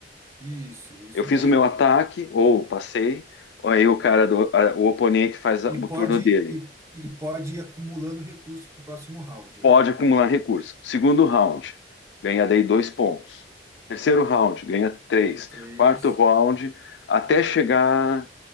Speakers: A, on the right; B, on the left.
A: Isso, é isso
B: Eu fiz
A: daí.
B: o meu ataque ou passei, aí o cara do, a- o oponente faz a-
A: E
B: o
A: pode,
B: turno dele.
A: e, e pode ir acumulando recurso para o próximo round,
B: pode
A: né?
B: acumular recurso. Segundo round, ganha daí dois pontos. Terceiro round, ganha três.
A: Ganha três
B: Quarto round, até chegar